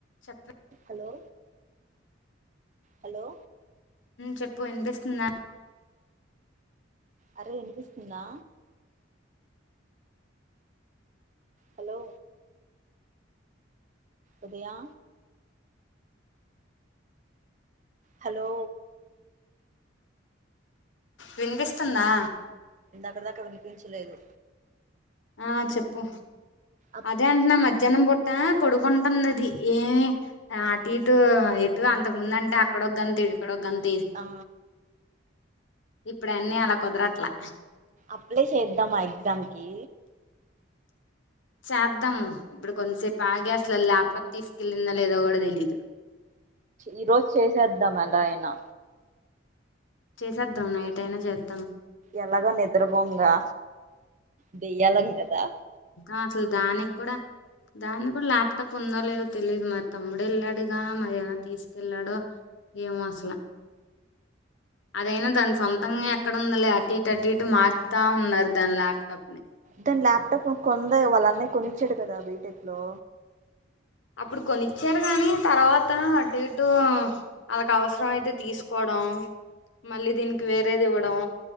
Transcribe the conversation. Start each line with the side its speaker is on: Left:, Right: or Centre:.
Left: చెప్ప
Right: hello hello
Left: చెప్పు వినిపిస్తుంద
Right: అరే వినిపిస్తుందా హలో ఇదయా హలో
Left: వినిపిస్తుందా
Right: ఇప్పడిదాకా వినిపించలేదు
Left: ఆ చెప్పు
Right: అప్
Left: అదే అంటున్నా మధ్ జనం పుట్ట పొడుకుంటుంది అది ఏమి అటు ఇటు ఎటు అంతకుముందంటే అక్కడ ఒగ్గంత ఇక్కడఒగ్గంతె
Right: ఆ
Left: ఇప్పుడు అన్ని అలా కుదరట్లా
Right: అప్లై చేద్దామా ఆ ఎగ్జామ్ కి
Left: చేద్దాము ఇప్పుడు కొంతసేపు ఆగ అసలు ల్యాప్టాప్ తీసుకెళ్లిందా లేదో కూడా తెలీదు
Right: ఈ రోజు చేసేద్దాం అలా అయినా
Left: చేసేద్దాం నైట్ అయినా చేద్
Right: ఎలాగో నిద్రపోంగా దై ఏల్లగె గదా
Left: ఆ అసలు దానిక్కూడా దాన్ని కూడా ల్యాప్టాప్ ఉందో లేదో తెలిదు మరి తమ్ముడు వెళ్ళాడుగా, మరి ఏనా తీసుకెళ్ళాడో ఏమో అసలు అదైనా దాని సొంతంగా ఎక్కడందో లే అటు ఇటు అటు ఇటు మార్తా ఉన్నారు దాని ల్యాప్టాప్ ని,
Right: తనుల్యాప్టాప్ కొనలేదు వాళ్ళ అన్నయ్య కొనిచ్చాడు కదా బీటెక్ లో
Left: అప్పుడు కొనిచ్చారు గాని తర్వాత అటు ఇటు వాళ్కు అవసరం అయితే తీసుకోవ నోమ్ మళ్ళీ దీనికి వేరేది ఇవ్వడం